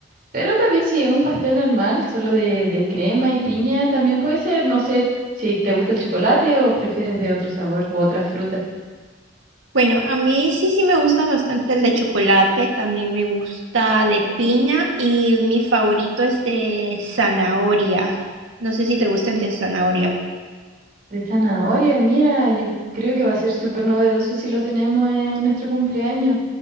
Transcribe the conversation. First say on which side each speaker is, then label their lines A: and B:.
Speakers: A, on the right (about 50°); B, on the right (about 85°).
A: Pero también si es un pastel normal, solo de, de crema y piña, también puede ser. No sé si te gusta el chocolate o prefieres de otro sabor o otras frutas.
B: Bueno, a mí sí, sí me gusta bastante el de chocolate, también me gusta de piña y mi favorito es de zanahoria. No sé si te gusta el de zanahoria.
A: De zanahoria, mira, yo creo que va a ser súper novedoso si lo tenemos en nuestro cumpleaños.